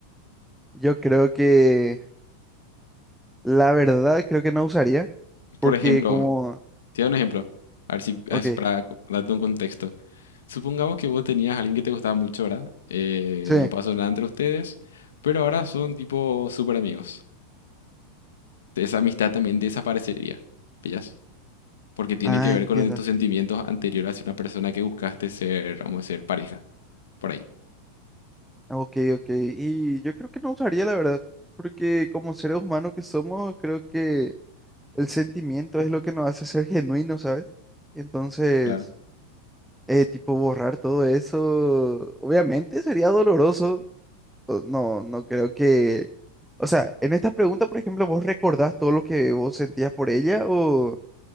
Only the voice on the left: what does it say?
Por
ejemplo,
te doy un ejemplo, a ver si, a
ver si para co- darte un contexto. Supongamos que vos tenías a alguien que te gustaba mucho, ¿verdad? Eh,
no pasó nada entre ustedes, pero ahora son tipo súper amigos. Esa amistad también desaparecería, ¿pillas? Porque tiene
que ver
con el- tus sentimientos anteriores hacia una persona que buscaste ser, vamos a decir, pareja, por ahí.
Claro.